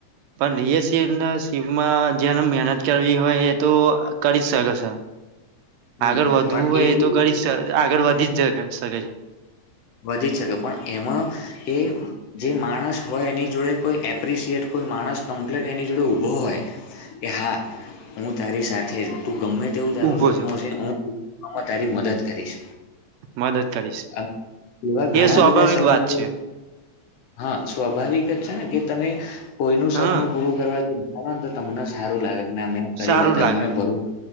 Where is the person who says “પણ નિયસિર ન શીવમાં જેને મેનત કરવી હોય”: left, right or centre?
Right